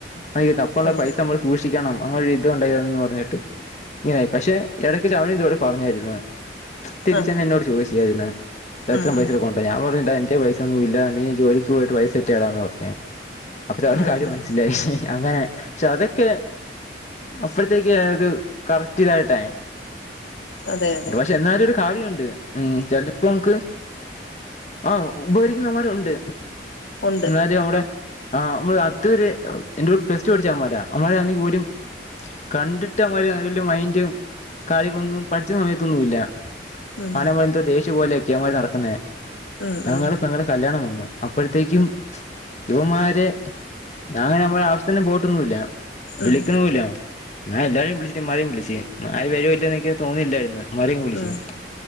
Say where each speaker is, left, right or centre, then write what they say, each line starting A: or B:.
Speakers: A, on the left (about 40°); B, on the left (about 85°).
A: <unintelligible> തപ്പാനുള്ള
B: അതെ
A: പൈസ നമ്മൾ സൂക്ഷിക്കണം അങ്ങനെ ഒരു ഇത് ഉണ്ടായന്ന് പറഞ്ഞിട്ട് ഇങ്ങനൊ ആയി പക്ഷെ ഇടയ്ക്ക് <unintelligible> ഇവിടെ പറഞ്ഞായിരുന്നു തിരിച്ച്
B: ആഹ്
A: എന്നോട് ചോദിച്ചായിരുന്ന എത്ര
B: ഉം
A: പൈസക്കണ്ട
B: ഉം
A: അപ്പ ഞാൻ പറഞ്ഞട്ടാ എന്റെ പൈസ ഒന്നുമല്ല നീ ജോലിക്ക് പോയിട്ട് പൈസ ഇട്ടാന്ന് പറഞ്ഞേ അപ്പം അവനു
B: ഉം
A: കാര്യം
B: ഉം
A: മനസ്സിലായി അങ്ങനെ പക്ഷെ അതൊക്കെ അപ്പഴത്തേക്ക് അത് കറക്റ്റ് ഇതായിട്ടാണ്
B: അതെ അതെ
A: പക്ഷെ എന്നാലും ഒരു കാര്യം ഉണ്ട് ഉം ചിലപ്പോ നമുക്ക് ആഹ് ഉപകരിക്കുന്നവരുണ്ട്
B: ഉണ്ട്
A: എന്നാലും നമ്മടെ ആഹ് വടെ അടുത്ത് ഒരു പ്ലസ് ടു പഠിച്ച അവമ്മാര അവമ്മമാരെ പോലും കണ്ടിട്ട് മാതിരി വല്യ മൈന്ഡും കാര്യങ്ങളൊന്നും പഠിച്ച സമയത്തൊന്നുമില്ല
B: ഉം
A: ആണമ്മ എന്ത വേഷ്യ പോലെയക്കി ഞമ്മേ നടക്കുന്നേ
B: ഉം
A: ഞങ്ങളുടെ
B: ഉം
A: പെങ്ങടെ കല്യാണം വന്നു അപ്പൊ അപ്പോഴത്തേക്കും ഇവന്മാരെ ഞങ്ങനെ നമ്മുടെ അവശ്യത്തിന് പോയിട്ടൊന്നും ഇല്ല വിളിക്കണും
B: ഉം
A: ഇല്ല ഞാൻ എല്ലാരേം വിളിച്ചിട്ട് ഇവമ്മാരേം വിളിച്ച് ഇവന്മാര് വരൂല്ല എനിക്ക് തോന്നില്ലായിരുന്നു ഇവന്മാരെ വിളിച്ച്
B: ഉം